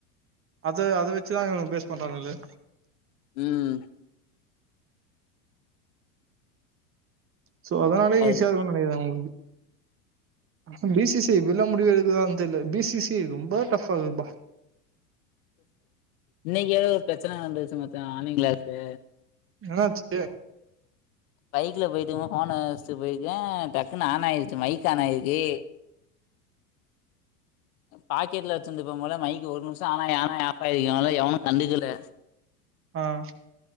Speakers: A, on the right; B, on the left.
A: அத அதை வச்சுதான் இவனுங்க பேஸ் பண்றாங்களே
B: உம்
A: சோ அதனாலே
B: அது
A: ஈசியா இருக்கும்னு நெனக்கிற அவ்ங்களுக்கு பிசிசி என்ன முடிவு எடுக்குறாங்கனு தெரில பிசி பி சி ரொம்ப டஃபா இருக்குதுபா
B: இன்னைக்கு ஏதோ ஒரு பிரச்சன நடந்துச்சு மச்சான் மானிங்ளேந்து
A: என்னடா ஆச்சு
B: பைக்ல போய்ட்டுக்கும் போது ஃபோனை வச்ட்டு போய்ருக்கன் டக்குன்னு ஆன் ஆய்ருச்சு மைக் ஆன் ஆய்ருக்கு பாக்கெட்ல வச்சிருந்துருப்ப போல மைக்கு ஒரு நிமிஷம் ஆனாயி ஆனாயி ஆஃப் ஆயிருக்கு நல்லவேள எவனும் கண்டுக்கல
A: ஹாம்